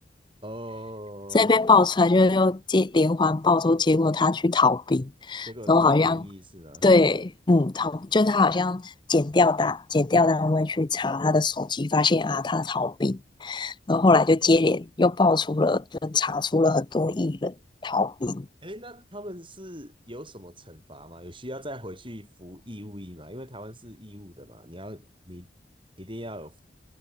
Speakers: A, on the right; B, on the left.
A: 哦。
B: 所以被爆出来就又接连环爆之后，结果他去逃兵，
A: 结果曹兵役是吗？
B: 然后好像对，嗯，逃就他好像检调单检调单位去查他的手机，发现啊他逃兵，然后后来就接连又爆出了，就查出了很多艺人逃兵，
A: 哎，那他们是有什么惩罚吗？有需要再回去服义务役吗？因为台湾是义务的嘛，你要你一定要有